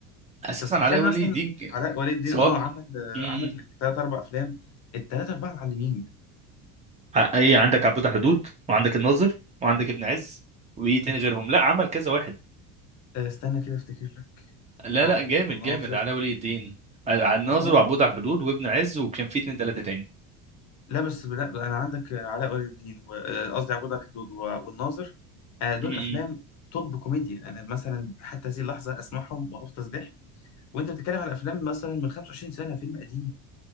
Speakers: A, on the right; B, on the left.
A: اساسا
B: انت بتتخيل
A: علاء ولي
B: مثلا
A: الدين كان-
B: علاء ولي الدين
A: سواء
B: اه عمل آه،
A: مم،
B: عمل ثلاث اربع افلام الثلاثة اربعة معلمين
A: ع- ايه عندك عبود حدود وعندك الناظر وعندك ابن عز وايه تاني غيرهم لا عمل كذا واحد
B: آه، استنى كده افتكر لك
A: لا
B: عبود
A: لا جامد
B: وناظر
A: جامد علاء ولي الدين ع- الناظر
B: اه
A: وعبود على الحدود وابن عز وكان في اتنين تلاته
B: لا بس لا بقى، انا عندك آه، علاء ولي الدين و- آه، قصدي عبود على الحدود و- والناظر آه، دول
A: تاني
B: افلام توب كوميديا انا مثلا حتى هذه اللحظة اسمعهم وهفطس ضحك وانت بتتكلم على افلام مثلا من 25 سنة فيلم قديم